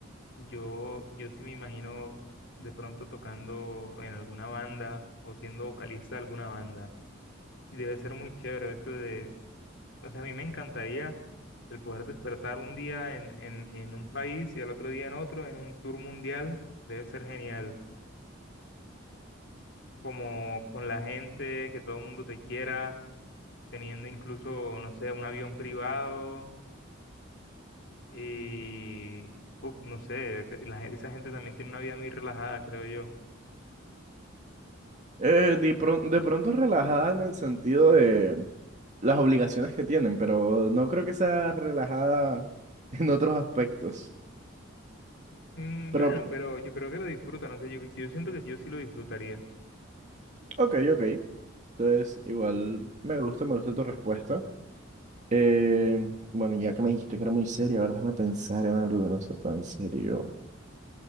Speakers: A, on the left (about 65°); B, on the right (about 40°).
A: Yo, yo sí me imagino de pronto tocando en alguna banda o siendo vocalista de alguna banda. Y debe ser muy chévere eso de, o sea, a mí me encantaría el poder despertar un día en, en, en un país y al otro día en otro, en un tour mundial. Debe ser genial. Como con la gente, que todo el mundo te quiera, teniendo incluso, no sé, un avión privado y, uf, no sé, la gen- esa gente también tiene una vida muy relajada, creo yo.
B: Eh, de, pron- de pronto relajada en el sentido de las obligaciones que tienen, pero no creo que sea relajada <laughs> en otros aspectos.
A: Mm,
B: Pero,
A: Bueno,
B: p-
A: pero yo creo que lo disfruta, no sé, yo, yo siento que sí, yo sí lo disfrutaría.
B: ok, ok. Entonces, igual me gusta, me gusta tu respuesta. Eh, bueno, ya que me dijiste que era muy seria, a ver, déjame pensar en algo que no sea tan serio.